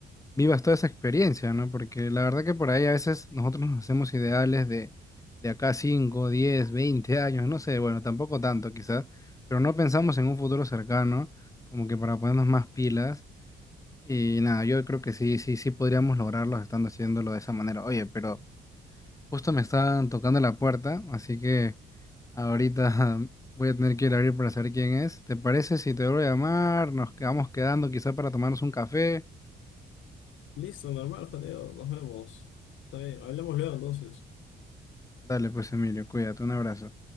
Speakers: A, on the left; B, on the left.
A: vivas toda esa experiencia, ¿no? Porque la verdad que por ahí a veces nosotros nos hacemos ideales de, de acá 5 10 20 años, no sé, bueno, tampoco tanto quizás, pero no pensamos en un futuro cercano, como que para ponernos más pilas. Y nada, yo creo que sí, sí, sí podríamos lograrlo estando haciéndolo de esa manera. Oye, pero justo me están tocando la puerta, así que ahorita <laughs> voy a tener que ir a abrir para saber quién es. ¿Te parece si te vuelvo a llamar? Nos quedamos quedando quizás para tomarnos un café.
B: Listo, normal, Jadeo, nos vemos. Está bien, hablamos luego entonces.
A: Dale, pues Emilio, cuídate, un abrazo.